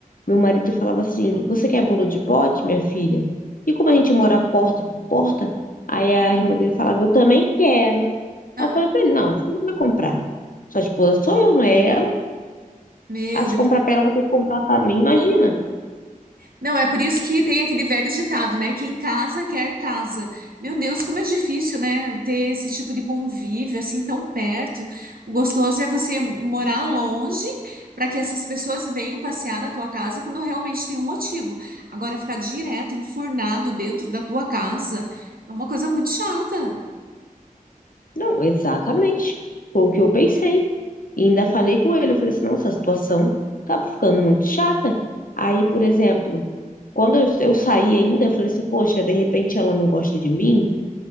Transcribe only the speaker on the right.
Ah,
ah.
meu
Deus.
Não, é por isso que tem aquele velho ditado, né? Quem casa quer casa. Meu Deus, como é difícil, né? Ter esse tipo de convívio assim tão perto. O gostoso é você morar longe para que essas pessoas venham passear na tua casa quando realmente tem um motivo. Agora, ficar direto, enfurnado dentro da tua casa é uma coisa muito chata.